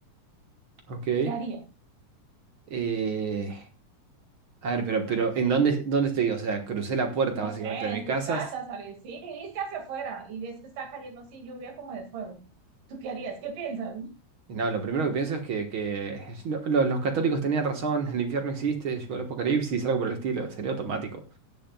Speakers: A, on the right; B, on the right.
A: Ok.
B: ¿Qué harías?
A: Eh, a ver, pero, pero ¿en dónde, dónde estoy? O sea, crucé la puerta
B: No
A: básicamente
B: sé, en
A: de mi casa.
B: tu casa,
A: s-
B: sales, sí, viniste hacia afuera y ves que está cayendo así lluvia como de fuego. ¿Tú qué harías? ¿Qué piensas? <laughs>
A: Y no, lo primero que pienso es que, que <laughs> lo- lo- los católicos tenían razón, el infierno existe, llegó el apocalipsis, algo por el estilo. Sería automático.